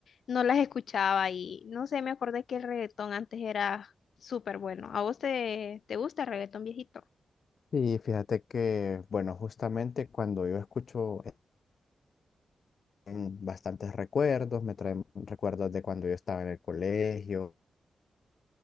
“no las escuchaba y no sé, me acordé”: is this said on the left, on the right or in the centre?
Left